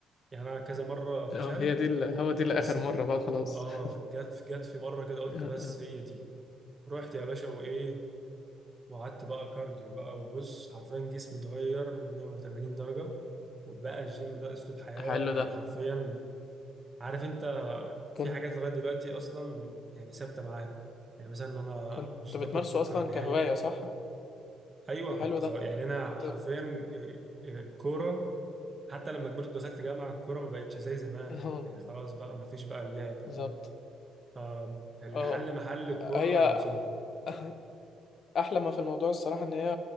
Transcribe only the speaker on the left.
اه هي دي ال- هو دي لاخر
مره بقى خلاص
<laughs>
آه،
آه. حلو
ده
كنت
كنت
بتمارسه
اصلا
كهوايه صح
حلو
ده
كنت
<laughs>
اه
بالظبط
اه
هي
<laughs> احلى ما في الموضوع الصراحه ان هي